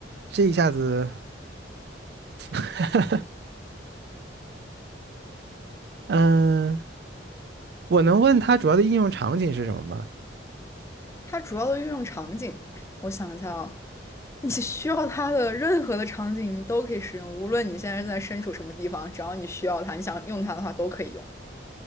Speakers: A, on the right; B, on the left.
A: 这一下子，<laughs> 嗯、我能问它主要的应用场景是什么吗？
B: 它主要的运用场景，我想一下啊，你 <laughs> 需要它的任何的场景你都可以使用，无论你现在在身处什么地方，只要你需要它，你想用它的话都可以用，